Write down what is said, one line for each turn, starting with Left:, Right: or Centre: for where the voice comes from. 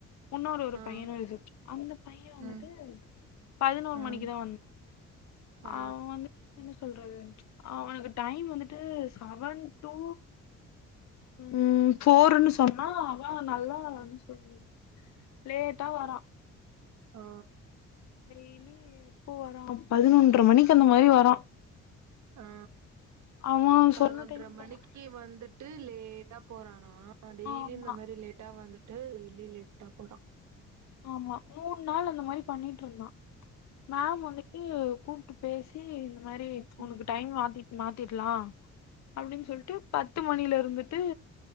Left: இன்னொரு ஒரு
Right: ஆ
Left: பையன்ன வெச்சு அந்த பையன் வந்துட்டு
Right: ம்
Left: பதினோரு
Right: ம்
Left: மணிக்குதான் வந்
Right: ஆ
Left: அவன் வந்து என்ன சொல்றது அவனுக்கு டைம் வந்துட்டு செவன் டூ ம் ஃபோருன்னு சொன்னா அவா நல்லா நா
Right: ம்
Left: என்ன சொல்றது லேட்டா வர்றான்
Right: ஓ
Left: டெய்லி எப்போ வரா பதினொன்ற மணிக்கு அந்த மாரி வரா
Right: ஆ
Left: அவ
Right: பதினொன்ற
Left: சொன்ன டைமுக்கு
Right: மணிக்கு
Left: வரா
Right: வந்துட்டு லேட்டா போறானா ஆ டெய்லி
Left: ஆமா
Right: இந்த மாரி லேட்டா வந்துட்டு டெய்லி லேட்டா போறா
Left: ஆமா மூண் நாள் அந்த மாரி பண்ணிட்ருந்தா மேம் அன்னிக்கி கூப்டுட் பேசி இந்த மாரி உனக்கு
Right: ம்
Left: டைம் மாத்தி மாத்திட்லா அப்டின் சொல்ட்டு பத்து மணில இருந்துட்டு